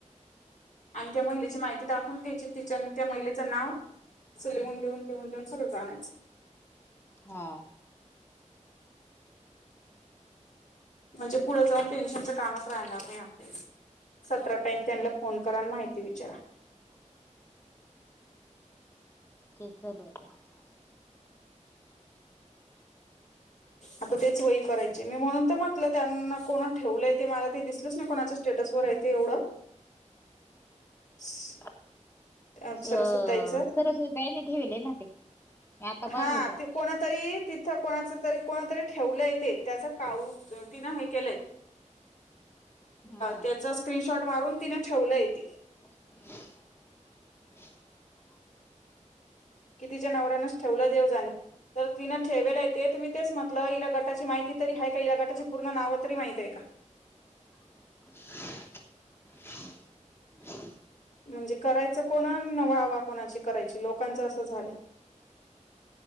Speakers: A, on the left; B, on the left.
A: आणि त्या महिलेची माहिती दाखवून घ्यायची तिच्या त्या महिलेचं नाव असं लिहून लिहून लिहून लिहून सगळं जायचं
B: हा
A: म्हणजे पुढे जाऊन टेन्शनच कामच राहणार नाही आपल्या सतरा टाईम त्यांना फोन क माहिती विचारा
B: च झालं आता ह
A: आता तेच वय करायचे मी म्हणून तर म्हटलं त्यांना कोणा ठेवलंय ते मला ते दिसलंच नाही कोणाच्या स्टेटस वरयच ते एवढं <unintelligible>
B: अ
A: सरस्वताईचं
B: सरस् काईने ठेवेल ना ते मी आता पाहिलंच
A: हा ते कोणा तरी तिथं कोणाच तरी कोणा तरी ठेवलं येते त्याच काऊ तिनं हे केलंय
B: हा
A: त्याचा स्क्रीनशॉट मारून तिने ठेवलं येते
B: <unintelligible>
A: कि तिच्या नवऱ्यानच ठेवलं देव जाणे तर तिन ठेवेला येते तर मी तेच म्हटलं हिला गटाची माहिती तरी आहे का ह गटाची पूर्ण नाव तरी माहिती आहे का
B: <unintelligible>
A: म्हणजे करायचं कोणा वावा कोणाची करायची लोकांचं असं झालं